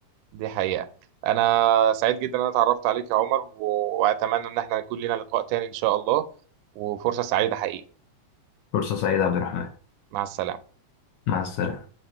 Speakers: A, on the right; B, on the left.
A: دي حقيقة أنا سعيد جدا إن أنا اتعرفت عليك يا عمر و- وأتمنى إن احنا يكون لنا لقاء تاني إن شاء الله وفرصة سعيدة حقيقي
B: فرصة سعيدة يا عبد الرحمن
A: مع السلامة
B: مع السلامة